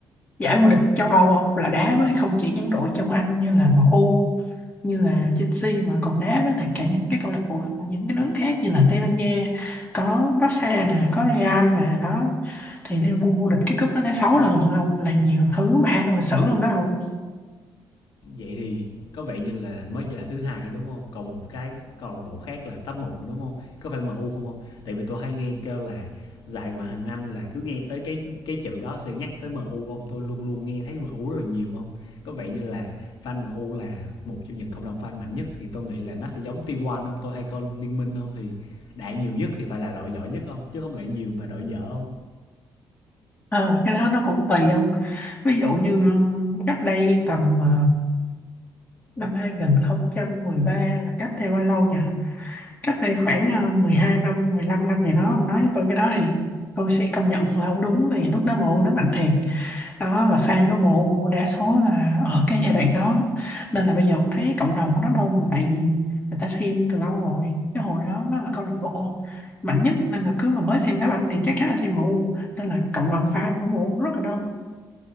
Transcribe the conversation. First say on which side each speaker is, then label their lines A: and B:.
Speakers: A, on the left; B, on the left.
A: giải vô địch châu Âu không là đá với không chỉ những đội trong Anh như là MU như là Chelsea mà còn đá với lại cả những cái câu lạc bộ của những cái nước khác như là Tây Ban Nha có Barca nè có Real nè đó thì Liverpool vô địch cái cúp nó tới 6 lần luôn không là nhiều thứ mà trong lịch sử luôn đó không
B: Vậy thì có vẻ như là mới chỉ là thứ hai đúng không Còn một cái câu lạc bộ khác là top một đúng không Có phải MU không hông? Tại vì tôi hay nghe kêu là dạy ngoại hạng Anh là cứ nghe tới cái cái chữ đó sẽ nhắc tới MU hông? Tôi luôn luôn nghe thấy MU rất là nhiều không? Có vẻ như là fan MU là một trong những cộng đồng fan mạnh nhất thì tôi nghĩ là nó sẽ giống T1 hông? Tôi hay coi Liên Minh không Thì đại nhiều nhất thì phải là đội giỏi nhất không? Chứ không lẽ nhiều mà đội dở không?
A: Ờ, cái đó nó cũng tùy không ví dụ như um, cách đây tầm ờ, Năm hai không một ba là cách đây bao lâu nhỉ? Cách đây khoảng ờ, 12 năm, 15 năm gì đó. Ông nói với tôi cái đó thì tôi sẽ công nhận là ông đúng. Tại vì lúc đó mụ nó mạnh thiệt. Đó, và fan của mụ đa số là ở cái giai đoạn đó. Nên là bây giờ ông thấy cộng đồng nó đông là tại vì người ta xem từ lâu rồi. Cái hồi đó nó là câu lạc bộ mạnh nhất. Nên là cứ mà mới xem đá banh thì chắc chắn là xem mụ. Nên là cộng đồng fan của mụ rất là đông.